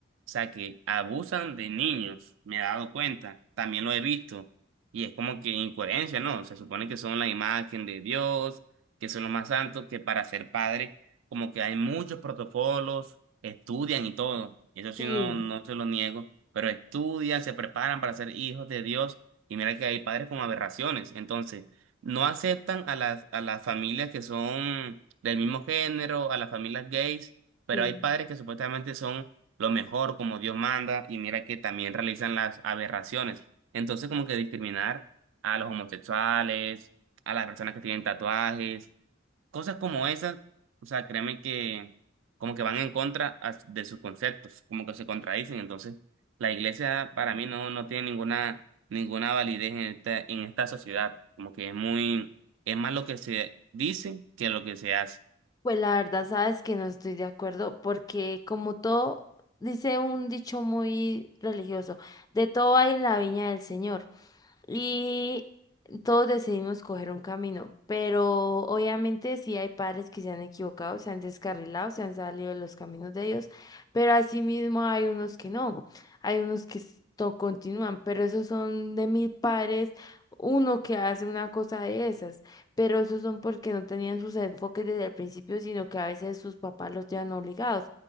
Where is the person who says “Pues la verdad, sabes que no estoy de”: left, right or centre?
Left